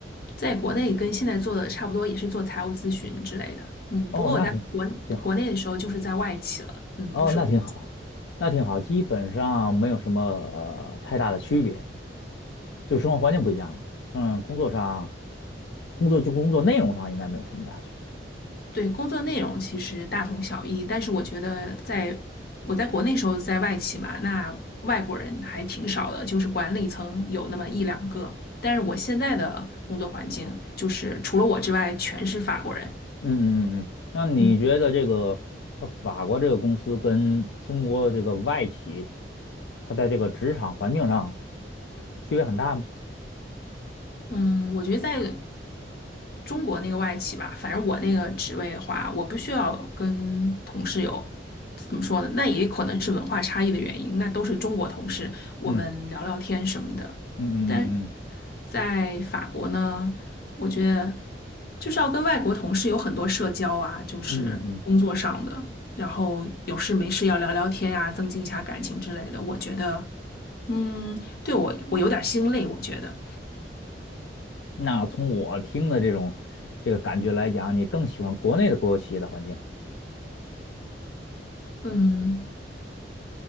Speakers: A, on the left (about 55°); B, on the left (about 80°).
A: 在国内跟现在做的差不多，也是做财务咨询之类的。嗯，
B: 哦，
A: 不过我在国国内的时候就是在外企了，
B: 那挺挺好，
A: 嗯，
B: 哦，
A: 不是国企。
B: 那挺好，那挺好，基本上没有什么呃太大的区别，就生活环境不一样了。嗯，工作上，工作就工作内容上应该没有什么大区别。
A: 对，工作内容其实大同小异，但是我觉得在我在国内时候在外企嘛，那外国人还挺少的，就是管理层有那么一两个。但是我现在的工作环境就是除了我之外全是法国人。
B: 嗯嗯嗯嗯，那你觉得这个它法国这个公司跟中国的这个外企，
A: 嗯。
B: 它在这个职场环境上区别很大吗？
A: 嗯，我觉得在中国那个外企吧，反正我那个职位的话，我不需要跟同事有怎么说呢？那也可能是文化差异的原因，那都是中国同事，我们聊聊天什么的。
B: 嗯嗯嗯嗯
A: 但是在法国呢，我觉得就是要跟外国同事有很多社交啊，就是工作上的，
B: 嗯嗯嗯嗯嗯。
A: 然后有事没事要聊聊天呀、增进一下感情之类的。我觉得，嗯，对我我有点儿心累，我觉得，
B: 那从我听的这种这个感觉来讲，你更喜欢国内的国有企业的环境，
A: 嗯。